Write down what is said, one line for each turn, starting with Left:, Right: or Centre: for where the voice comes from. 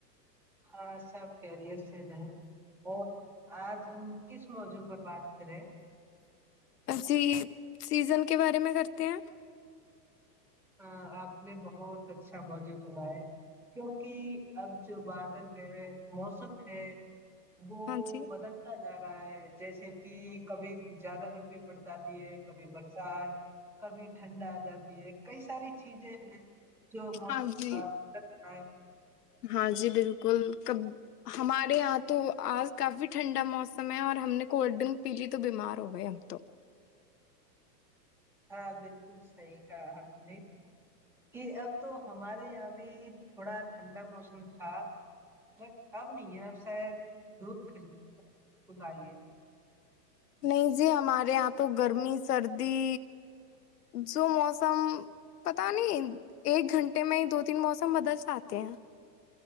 Centre: ہاں سب کیریر سے ہے اور آج ہم کس موضوع پر بات کریں؟
Left: جی سیزن کے بارے میں کرتے ہیں
Centre: ہاں آپ نے بہت اچھا موجوع سنا ہے کیونکہ اب جو بادل ہے موسم ہے ا
Left: ہاں جی
Centre: بدنتا <unintelligible> رہا ہے جیسے کہ کبھی زیادہ گرپی پڑ جاتی ہے کبھی برسات کبھی ٹھنڈا آ جاتی ہے کئی ساری چیزیں ہیں جو موسم
Left: ہاں جی
Centre: رہ ہے
Left: ہاں جی بالکل کب ہمارے یہاں تو آج کافی ٹھنڈا موسم ہے اور ہم نے کولڈ ڈرنک پی لی تو بیمار ہو گئے ہم تو
Centre: ہاں بالکل صحیح کہا آپ نے کہ اب تو ہمارے یہاں بھی تھوڑا ٹھنڈا موسم تھا بٹ اب نہیں ہے اب شاید دھپ کل کلائیے
Left: نہیں جی ہمارے یہاں تو گرمی سردی جو موسم پتا نہیں ایک گھنٹے میں ہی دو تین موسم بدل ساتے ہیں